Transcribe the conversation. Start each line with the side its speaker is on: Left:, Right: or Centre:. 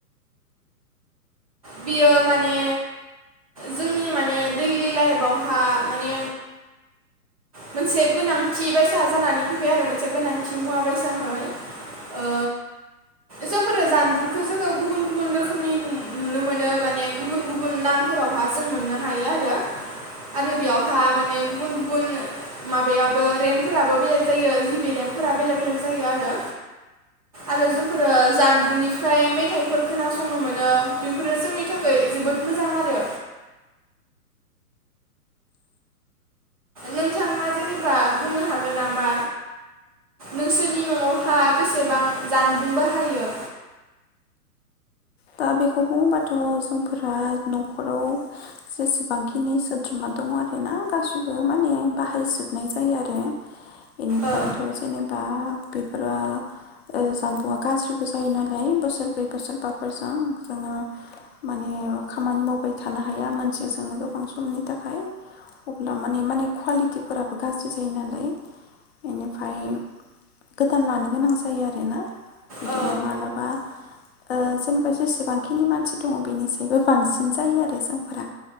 Right: बियो माने जोंनि माने दैलि लाइफआवहा माने मोनसे गोनांथि बायसा जानानै फैबाय आरो मोनसे गोनांथि मुवा बायसाहै ओ जोंफोरो जानबुंखौ जोङो गुबुन गुबुन रोखोमनि नु नुनो मोनो माने गुबुन गुबुन नामफोरावहा जों मोननो हायो आरो आरो बेयावहा माने गुबुन गुबुन माबायाबो रेम्पफोराबो बेलेग जायो जिबि रेम्पफोरा बेलेक बेलेक जायो आरो आरो जोंफोरो जानबुंनिफ्राय मेथाइफोर खोनासंनो मोनो बेफोरो जोंनि थाखै जोबोद मोजां आरो नोंथाङा जेनेबा बुंनो हागोन नामा नोंसोरनि न'आवहा बेसेबां जानबुं बाहायो?
Left: दा बेखौ बुङोबाथ' जोंफोरा न'खराव जेसेबांखिनि सोद्रोमा दङ' आरो ना गासैबो माने बाहायजोबनाय जायो आरो बेनिफ्रायथ'
Right: ओ
Left: जेनेबा बेफोरो ओ जानबुंङा गाज्रिबो जायो नालाय बोसोरब्रै बोसोरबा <unintelligible> जोङो माने खामानि मावबाय थानो हाया मोनसे जोंनो गोबां समनि थाखाय अब्ला माने माने कुवालिटिफोराबो गाज्रि जायो नालाय बेनिफ्राय गोदान लानो गोनां जायो आरो ना बिदिनो
Right: औ
Left: मालाबा ओ जेनेबा जेसेबांखिनि मानसि दङ' बेनिसायबो बांसिन जायो आरो जोंफोरा